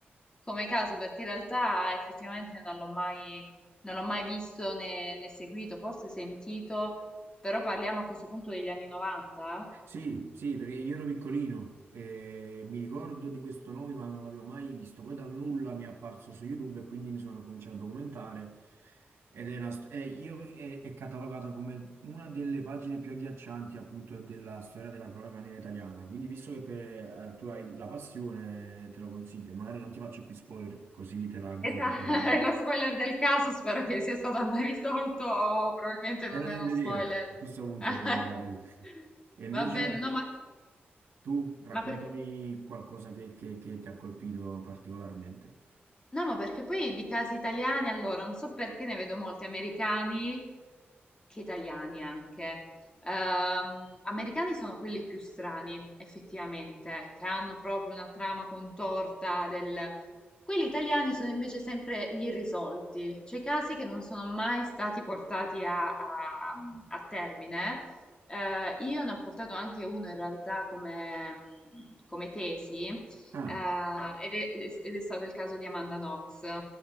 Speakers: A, on the left; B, on the right.
A: come caso, perché in realtà effettivamente non l'ho mai, non l'ho mai visto né, né seguito, forse sentito, però parliamo a questo punto degli anni 90.
B: Sì, sì, perché io ero piccolino e mi ricordo di questo nome, ma non l'avevo mai visto. Poi dal nulla mi è apparso su YouTube e quindi mi sono cominciato a documentare. Ed è, una st- è- io- è- è catalogata come una delle pagine più agghiaccianti appunto della storia della cronaca nera italiana. Quindi, visto che per- eh, tu hai la passione, te lo consiglio. E Magari non ti faccio più spoiler, così te la godi.
A: Esatto, <laughs>
B: tra virgolette.
A: è lo spoiler del caso, spero che sia stato mai risolto o probabilmente
B: E
A: non
B: lo devi
A: è uno
B: vedere.
A: spoiler.
B: A questo punto
A: <laughs>
B: te lo devi andare a vedere. <laughs> E invece.
A: Va bene, no, ma...
B: Tu raccontami
A: Ma perché?
B: qualcosa che, che- che ti ha colpito particolarmente.
A: No, ma perché poi di casi italiani, allora, non so perché ne vedo molti americani, che italiani anche. Ehm, americani sono quelli più strani, effettivamente, che hanno proprio una trama contorta del... Quelli italiani sono invece sempre gli irrisolti, cioè i casi che non sono mai stati portati a, a- a termine. Eh, io ne ho portato anche uno in realtà come, come tesi,
B: Ah,
A: Eh, ed è, ed è stato il caso di Amanda Knox,